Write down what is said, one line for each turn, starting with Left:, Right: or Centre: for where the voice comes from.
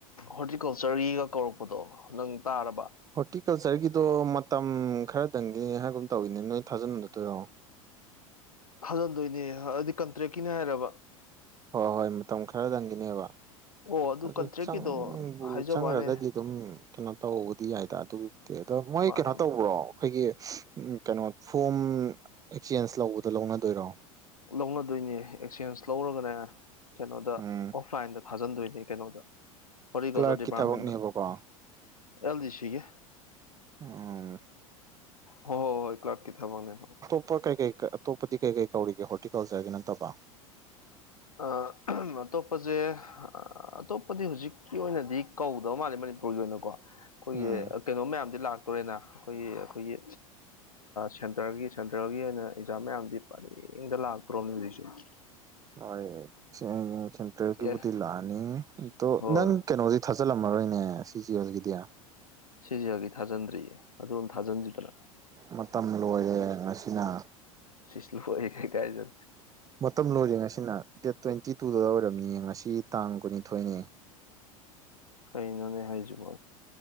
Left: ꯍꯣꯔꯇꯤꯀꯜꯆꯔꯒꯤꯒ ꯀꯧꯔꯛꯄꯗꯣ ꯅꯪ ꯇꯥꯔꯕ
Right: ꯍꯣꯔꯇꯤꯀꯜꯆꯔꯒꯤꯗꯣ ꯃꯇꯝ ꯈꯔꯗꯪꯒꯤꯅꯦ ꯍꯥꯏꯒꯨꯝ ꯇꯧꯋꯤꯅꯦ ꯅꯣꯏ ꯊꯥꯖꯟꯗꯠꯇꯣꯏꯔꯣ
Left: ꯍꯖꯤꯟꯗꯣꯏꯅꯦ ꯍꯥꯏꯗꯤ ꯀꯟꯇ꯭ꯔꯦꯛꯀꯤꯅꯦ ꯍꯥꯏꯔꯕ
Right: ꯍꯣꯏ ꯍꯣꯏ ꯃꯇꯝ ꯈꯔꯗꯪꯒꯤꯅꯦꯕ
Left: ꯑꯣ
Right: ꯑꯗꯨ
Left: ꯀꯟꯇ꯭ꯔꯦꯛꯀꯤꯗꯣ
Right: ꯆꯪꯕꯨ
Left: ꯍꯥꯏꯖꯕ
Right: ꯆꯪꯈ꯭ꯔꯒꯗꯤ
Left: ꯋꯥꯅꯦ
Right: ꯑꯗꯨꯝ ꯀꯩꯅꯣ ꯇꯧꯕꯗꯤ ꯌꯥꯏꯗ ꯑꯗꯨꯒꯤꯕꯨꯗꯤ ꯑꯗꯣ ꯃꯣꯏ
Left: ꯃꯥꯅꯦ
Right: ꯀꯩꯅꯣ ꯇꯧꯕ꯭ꯔꯣ ꯑꯩꯈꯣꯏꯒꯤ ꯀꯩꯅꯣ ꯐꯣꯝ ꯑꯦꯛꯆꯦꯟꯖ ꯂꯧꯕꯗꯣ ꯂꯧꯅꯗꯣꯏꯔꯣ
Left: ꯂꯧꯅꯗꯣꯏꯅꯦ ꯑꯦꯛꯆꯦꯟꯁ ꯂꯧꯔꯒꯅꯦ ꯀꯩꯅꯣꯗ
Right: ꯎꯝ
Left: ꯑꯣꯐꯂꯥꯏꯟꯗ ꯊꯥꯖꯤꯟꯗꯣꯏꯅꯦ ꯀꯩꯅꯣꯗ ꯍꯣꯔꯤꯀꯣꯆꯔ
Right: ꯀ꯭ꯂꯔꯛꯀꯤ
Left: ꯗꯤꯄꯥꯔꯃꯦꯟ
Right: ꯊꯕꯛꯅꯦꯕꯀꯣ
Left: ꯑꯦꯜꯖꯤ ꯁꯤ ꯀ
Right: ꯎꯝ
Left: ꯍ ꯍ ꯍꯣꯏ ꯀ꯭ꯂꯕꯀꯤꯤ ꯊꯥꯕꯣꯅꯦ
Right: ꯑꯄ ꯀꯩ ꯀꯩ ꯑꯇꯣꯞꯄꯗꯤ ꯀꯩ ꯀꯩ ꯀꯧꯔꯤꯒꯦ ꯍꯣꯔꯇꯤꯀꯜꯆꯔꯒꯤ ꯅꯠꯇꯕ
Left: ꯑ ꯑꯇꯣꯞꯄꯁꯦ ꯑꯇꯣꯞꯄꯗꯤ ꯍꯧꯖꯤꯛꯀꯤ ꯑꯣꯏꯅꯗꯤ ꯀꯧꯗꯕ ꯃꯥꯜꯂꯦ ꯃꯅꯤꯄꯨꯔꯒꯤ ꯑꯣꯏꯅꯀꯣ ꯑꯩꯈꯣꯏꯒꯤ
Right: ꯎꯝ
Left: ꯀꯩꯅꯣ ꯃꯌꯥꯝꯗꯤ ꯂꯥꯛꯇꯣꯔꯦꯅ ꯑꯩꯈꯣꯏꯒꯤ ꯑꯩꯈꯣꯏꯒꯤ ꯁꯦꯟꯇꯔꯒꯤ ꯁꯦꯟꯇ꯭ꯔꯦꯜꯒꯤ ꯑꯣꯏꯅ ꯑꯦꯛꯖꯥꯝ ꯃꯌꯥꯝꯗꯤ ꯄꯔꯦꯡꯗ ꯂꯥꯛꯇ꯭ꯔꯣꯅꯦ ꯍꯧꯖꯤꯛꯁꯦ
Right: ꯍꯣꯏ ꯁꯦꯟꯇ꯭ꯔꯦꯜꯒꯤꯕꯨꯗꯤ
Left: ꯑꯦ
Right: ꯂꯥꯛꯑꯅꯤ ꯑꯗꯣ
Left: ꯍꯣꯏ
Right: ꯅꯪ ꯀꯩꯅꯣꯗꯤ ꯊ ꯐꯠꯆꯜꯂꯝꯃꯔꯣꯏꯅꯦ ꯁꯤꯁꯤ ꯍꯧꯒꯤꯗꯤ
Left: ꯁꯤꯁꯤ ꯑꯩꯒꯤ ꯊꯥꯖꯤꯟꯗ꯭ꯔꯤꯌꯦ ꯑꯗꯨꯝ ꯊꯥꯖꯤꯟꯁꯤꯗꯅ
Right: ꯃꯇꯝ ꯂꯣꯏꯔꯦ ꯃꯁꯤꯅ
Left: ꯁ꯭ꯁꯂꯤꯨ ꯄꯦ ꯀꯥꯏꯖ
Right: ꯃꯇꯝ ꯂꯣꯏꯔꯦ ꯉꯁꯤꯅ ꯗꯦꯠ ꯇ꯭ꯋꯦꯟꯇꯤ ꯇꯨꯗ ꯑꯣꯏꯔꯕꯅꯤꯌꯦ ꯉꯁꯤ ꯇꯥꯡ ꯀꯨꯟꯅꯤꯊꯣꯏꯅꯦ
Left: ꯀꯩꯅꯣꯅꯦ ꯍꯥꯏꯖꯕꯣ